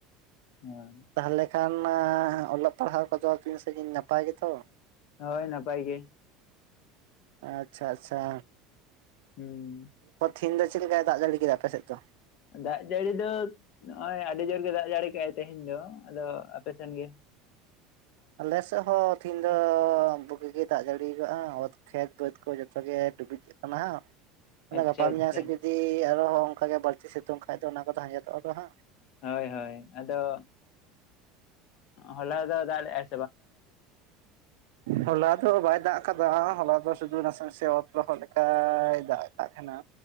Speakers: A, on the left (about 45°); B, on the right (about 90°).
A: ᱦᱳᱭ
B: ᱛᱟᱦᱚᱞᱮ ᱠᱷᱟᱱ ᱚᱞᱚᱜ ᱯᱟᱲᱦᱟᱣ ᱠᱚᱫᱚ ᱛᱤᱱ ᱥᱟᱺᱜᱤᱧ ᱱᱟᱯᱟᱭ ᱜᱮᱛᱚ
A: ᱦᱳᱭ ᱱᱟᱯᱟᱭ ᱜᱮ
B: ᱟᱪᱪᱷᱟ ᱟᱪᱪᱷᱟ
A: ᱦᱮᱸ
B: ᱛᱮᱦᱤᱱ ᱫᱚ ᱪᱮᱫ ᱞᱮᱠᱟᱭ ᱫᱟᱜ ᱡᱟᱲᱤ ᱠᱮᱫᱟ ᱟᱯᱮ ᱥᱮᱫ ᱫᱚ
A: ᱫᱟᱜ ᱡᱟᱹᱲᱤ ᱫᱚ ᱱᱚᱜ-ᱚᱭ ᱟᱹᱰᱤ ᱡᱳᱨ ᱜᱮ ᱫᱟᱜ ᱡᱟᱹᱲᱤ ᱠᱮᱜ-ᱟᱭ ᱛᱮᱦᱮᱧ ᱫᱚ ᱟᱫᱚ ᱟᱯᱮ ᱥᱮᱱ ᱜᱮ
B: ᱟᱞᱮ ᱥᱮᱫ ᱦᱚᱸ ᱛᱮᱦᱤᱧ ᱫᱚ ᱵᱩᱜᱤ ᱜᱮ ᱫᱟᱜ ᱡᱟᱹᱲᱤᱭᱟᱠᱟᱜ-ᱟ ᱚᱭ ᱠᱷᱮᱛ ᱵᱟᱹᱫᱽ ᱠᱚ ᱡᱚᱛᱚᱜᱮ ᱰᱩᱵᱩᱡ ᱟᱠᱟᱱᱟ ᱚᱱᱟ
A: ᱟᱪᱪᱷᱟ
B: ᱜᱟᱯᱟ ᱢᱮᱭᱟᱝ
A: ᱟᱪᱪᱷᱟ
B: ᱥᱮᱫ ᱡᱩᱫᱤ ᱟᱨᱦᱚᱸ ᱚᱱᱠᱟᱜᱮ ᱵᱟᱹᱲᱛᱤ ᱥᱤᱛᱩᱝ ᱠᱷᱟᱡ ᱫᱚ ᱚᱱᱟ ᱠᱚᱫᱚ ᱟᱸᱡᱮᱫᱚᱜ-ᱟ ᱦᱟᱸᱜ
A: ᱦᱳᱭ ᱦᱳᱭ ᱟᱫᱚ ᱦᱚᱞᱟ ᱫᱚᱭ ᱫᱟᱜ ᱞᱮᱭᱟᱭ
B: ᱦᱚᱞᱟ ᱫᱚ ᱵᱟᱭ ᱫᱟᱜ ᱠᱟᱫᱟ ᱦᱚᱞᱟ ᱫᱚ ᱥᱩᱫᱷᱩ ᱱᱟᱥᱮ ᱱᱟᱥᱮ ᱚᱛ ᱞᱚᱦᱚᱜ ᱞᱮᱠᱟᱭ ᱫᱟᱜ ᱟᱠᱟᱫ ᱛᱟᱦᱮᱸᱱᱟ